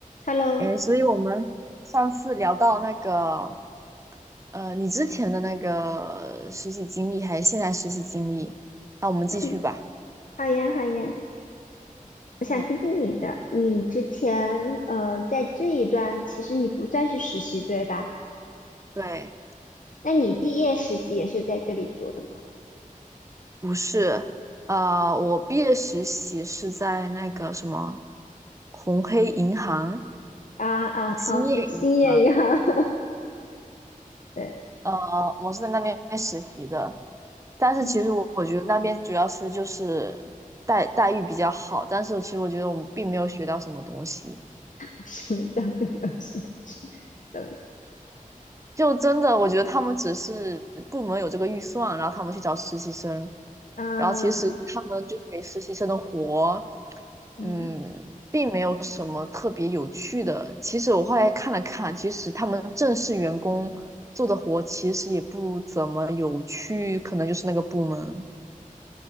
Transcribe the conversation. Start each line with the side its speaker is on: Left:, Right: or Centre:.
Left: Hello，
Right: 哎，所以我们上次聊到那个，呃，你之前的那个实习经历，还是现在实习经历，那我们继续吧。
Left: 嗯，好呀，好呀，我想听听你的。
Right: 嗯，
Left: 你之前呃，在这一段其实你不算是实习，对吧？
Right: 对，
Left: 那你毕业实习也是在这里做的吗？
Right: 不是，呃，我毕业实习是在那个什么红黑银行、
Left: 啊啊，OK，
Right: 兴业银行，
Left: 新业呀，<laughs> 对，
Right: 呃，我是在那边实习的。但是其实我我觉得那边主要是就是待待遇比较好，
Left: 嗯，
Right: 但是其实我觉得我们并没有学到什么东西。
Left: <laughs> 什么叫并没有学到什么东西？
Right: 就真的，我觉得他们只是部门有这个预算，然后他们去找实习生，
Left: 啊，
Right: 然后其实他们就是给实习生的活，
Left: 嗯，
Right: 嗯，并没有什么特别有趣的。其实我后来看了看，其实他们正式员工做的活其实也不怎么有趣，可能就是那个部门。